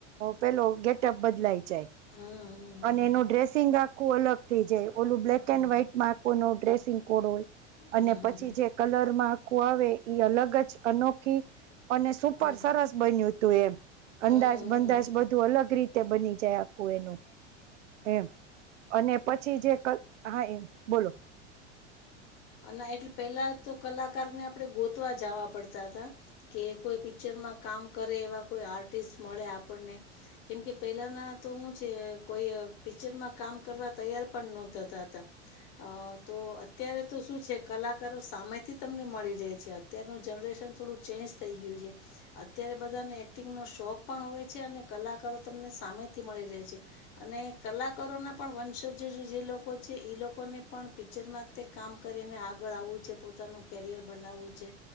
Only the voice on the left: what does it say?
હમ હમ
હમ હમ હમ
હમ
હમ હમ હમ હમ હમ
હમ હમ
હમ
હમ
અને એટલે પેલા તો કલાકારને આપડે ગોતવા જવા પડતા હતા કે કોઈ પિક્ચર કેમકે આપવાને પહેલાંના આર્ટસ મળે આપને કેમકે પેલા ના તો હું છે કોઈ પિક્ચરમાં કામ કરવા તૈયાર પણ ન થતા હતા તો અત્યારે તો શું છે કલાકારો સામેથી તમને મળી રહે છે અત્યારનું જનરેશન થોડું ચેન્જ થઈ ગયું છે. અત્યારે બધાને એક્ટિંગ નો શોખ પણ હોય છે, અને કલાકારો તમને સામેથી મળી રહે છે. અને કલાકારોના પણ વંશજુ જે લોકો છે એ લોકોને પણ પિક્ચરમાં કામ કરીને આગળ આવવું છે પોતાનું કેરિયર બનાવવું છે